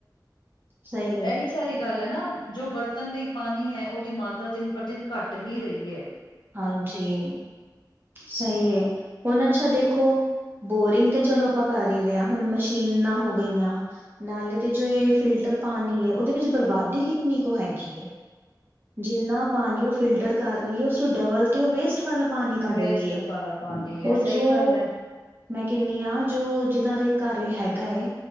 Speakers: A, on the right; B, on the left.
A: ਸਹੀ ਹੈ
B: ਐਹੀ ਸਾਰੀ ਗੱਲ ਹੈ ਨਾ, ਜੋ ਵਰਤਣ ਲਈ ਪਾਣੀ ਹੈ, ਉਹ ਦੀ ਮਾਤਰਾ ਦਿਨ ਪਰ ਦਿਨ ਘੱਟ ਹੀ ਰਹੀ ਐ
A: ਹਾਂਜੀ, ਸਹੀ ਐ, ਹੁਣ ਅੱਛਾ ਦੇਖੋ ਬੋਰਿੰਗ ਤੇ ਚਲੋ ਆਪਾਂ ਕਰ ਹੀ ਰਹੇ ਆਂ, ਹੁਣ ਮਸ਼ੀਨਾਂ ਹੋ ਗਈਆਂ ਨਾਲੇ ਤੇ ਜੋ ਇਹ ਫਿਲਟਰ ਪਾਨੀ ਏ, ਉਹਦੇ 'ਚ ਬਰਬਾਦੀ ਕਿੰਨੀ ਕੁ ਹੈਗੀ ਏ ਜਿੰਨਾ ਪਾਣੀ ਉਹ ਫਿਲਟਰ ਕਰ ਰਹੀ ਏ, ਉਸਨੂੰ ਡਬਲ ਤੇ ਉਹ ਵੇਸਟ ਵਾਲਾ ਪਾਨੀ ਕੱਢ
B: ਵੇਸਟ
A: ਰਹੀ ਹੈ,
B: ਵਾਲਾ ਪਾਣੀ
A: ਉਹ
B: ਹੈ ਸਹੀ
A: ਜੋ
B: ਗੱਲ ਹੈ
A: ਮੈਂ ਕਹਿਣੀ ਆ, ਜੋ ਜਿਨਾਂ ਦੇ ਘਰੇ ਹੈਗਾ ਏ